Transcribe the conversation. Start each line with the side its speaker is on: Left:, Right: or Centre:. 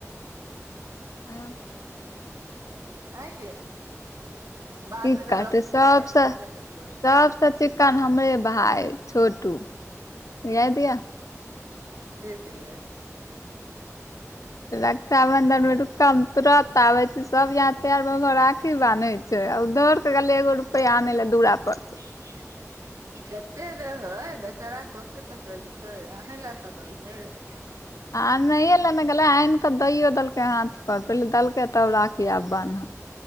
Left: <inaudible>
Right: आं यै। बादमे
Left: की
Right: लऽ
Left: करतै, सबसे
Right: कऽ किछो हेबे नहि करै
Left: सबसे
Right: छै
Left: चिक्कन हमरे भाई! छोटू, उह दिया।
Right: नहिस <unintelligible>
Left: रक्षा बंधन मे रूक त हम तुरत आबै छी, सब यहाँ तैयार भ भ राखी बानधैत। आ ओ दौड़ कऽ गेलैय एगो रुपैआ आनै ला दूरा पर सँ।
Right: <unintelligible> जते रहै बेचारे के ओते त केलकै। म लतलै <unintelligible>
Left: आ आनहिए लेने गेलै, आइन कऽ दयौ देलकै हाथ पर, पहिले देलकै तब राखी आब बानह।